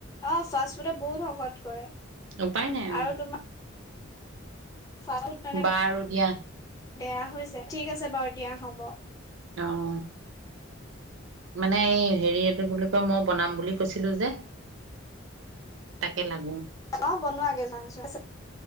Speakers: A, on the left (about 15°); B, on the right (about 70°).
A: অ ফাষ্ট ফুডে বহুত শকত কৰে
B: উপায় নাই
A: আৰু তোমাৰ ফাষ্ট ফুড মানে
B: বাৰু দিয়া
A: বেয়া হৈ যায় ঠিক আছে বাৰু দিয়া হ'ব
B: আহ মানে এই হেৰি এইটো কি বুলি কয় মই বনাম বুলি কৈছিলো যে তাকে লাগ
A: অ বনোৱাাগে যোৱা